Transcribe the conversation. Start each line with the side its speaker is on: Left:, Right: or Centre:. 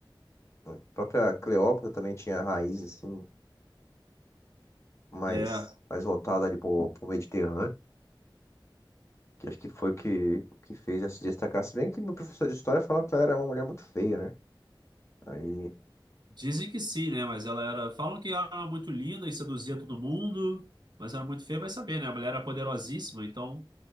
Left: A própria Cleópatra também tinha raiz assim, mais,
Right: É.
Left: mais voltada ali pro, pro Mediterrâneo. Que acho que foi o que, o que fez ela se destacar. Se bem que meu professor de história falou que ela era uma mulher muito feia, né? Aí.
Right: Dizem que sim, né? Mas ela era. Falam que ela era muito linda e seduzia todo mundo, mas era muito feia, vai saber, né? A mulher era poderosíssima, então